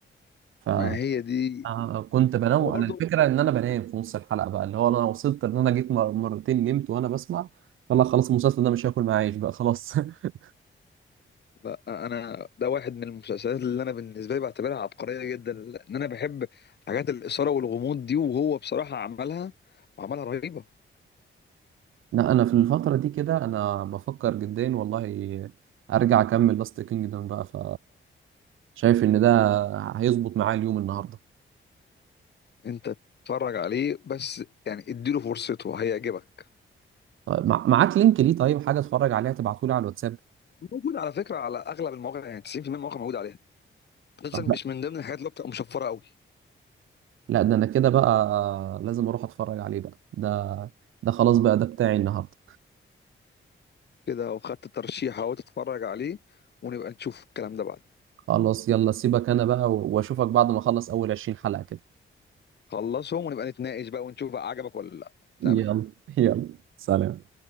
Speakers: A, on the right (about 70°); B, on the left (about 55°).
A: ف
B: ما هي دي
A: آه، كنت بنام
B: هو
A: انا
B: برضو
A: الفكره ان انا بنام في نص الحلقه بقى اللي هو انا وصلت ان انا جيت مر- مرتين نمت وانا بسمع فلا خلاص المسلسل ده مش هاكل معاه عيش بقى خلاص <laughs>
B: لا انا ده واحد من المسلسلات اللي انا بالنسبه لي بعتبرها عبقريه جدا لان انا بحب حاجات الاثاره والغموض دي وهو بصراحه عملها وعملها رهيبه
A: لا انا في الفتره دي كده انا بفكر جدا والله ارجع اكمل لاست كينجدم بقى ف شايف ان ده هيظبط معايا اليوم النهارده
B: انت اتفرج عليه بس يعني اديله فرصته هيعجبك
A: طيب، مع- معاك لينك ليه طيب حاجه اتفرج عليها تبعتولي على الواتساب
B: موجود على فكره على اغلب المواقع يعني 90% من المواقع موجود عليها مسلسل
A: طب
B: مش من ضمن الحاجات اللي بتبقى مشفره قوي
A: لا ده انا كده بقى لازم اروح اتفرج عليه بقى ده ده خلاص بقى ده بتاعي النهارده
B: كده وخدت ترشيح اهو تتفرج عليه ونبقى نشوف الكلام ده بعد
A: خلاص يلا سيبك انا بقى و- واشوفك بعد ما اخلص اول 20 حلقة كده
B: خلصهم ونبقى نتناقش بقى ونشوف بقى عجبك ولا لا
A: يلا
B: تمام
A: يلا سلام